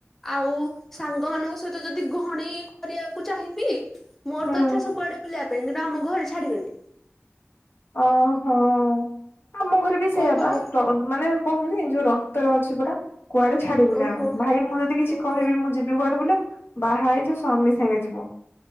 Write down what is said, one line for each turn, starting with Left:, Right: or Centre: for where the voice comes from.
Centre: ଆଉ ସାଙ୍ଗମାନାନଙ୍କ ସହିତ ଯଦି ଗହଣୀ କରିବାକୁ ଚାହିଁବି ମୋର
Left: ହୁଁ।
Centre: ତ ଚ୍ଛା ସୁଆେ ବୁିବା ପାଇଁ କିନ୍ତୁ ଆମରେ ଛାଡ଼ିବେନି।
Left: ଓହୋ ଆମ ଘରେ ବି
Centre: କଣ
Left: ସେଇୟା
Centre: କରିବା
Left: ବା ମାନେ କହୁନି ଯୋଉ ରକ୍ତରେ ଅଛି ପରା। କୁଆଡେ ଛାଡିବୁନ
Centre: ଓହୋ।
Left: ଆମେ ଭାଇ ମୁଁ ଯଦି କିଛି
Centre: ଓହୋ।
Left: କହିବି ମୁଁ ଯିବି କୁଆଡେ ବ ବୋଲି ଆଉ। ବାହା ହେଇଚୁ ସ୍ୱାମୀ ସାଙ୍ଗେ ଯିବ।